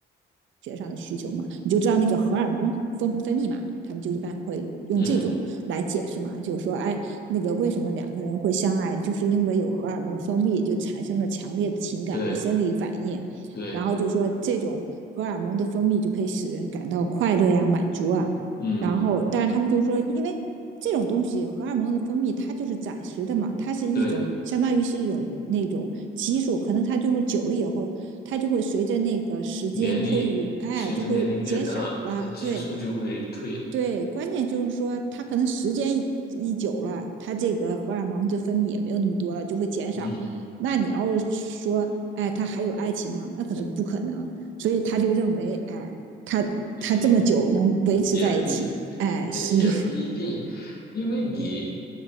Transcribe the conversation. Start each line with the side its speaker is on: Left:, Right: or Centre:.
Right: 学上的需求嘛，你就知道那个荷尔蒙分分泌嘛，他们就一般会用这种来解释嘛，
Left: 嗯，
Right: 就是说，哎，那个为什么两个人会相爱，就是因为有荷尔蒙分泌，就产生了强烈的情感和生理反应，
Left: 对对，
Right: 然后就说这种。荷尔蒙的分泌就可以使人感到快乐呀、满足啊，
Left: 嗯
Right: 然后，但是他们就说，因为这种东西荷尔蒙的分泌，它就是暂时的嘛，它是一种相当于是一种那种激素，
Left: 对，
Right: 可能它就会久了以后，它就会随着那个时间推移，
Left: 年龄随着年龄变大，
Right: 哎，就会减少了。
Left: 它激素就会退。
Right: 对，对，关键就是说，他可能时间一久了，他这个荷尔蒙这分泌也没有那么多了，就会减少。
Left: 嗯
Right: 那你要说，哎，他还有爱情吗？那可能不可能。所以他就认为，哎，他他这么久能维持在一起，
Left: 嗯，也必
Right: 哎，
Left: 呃也不一定，
Right: 是一，
Left: 因为你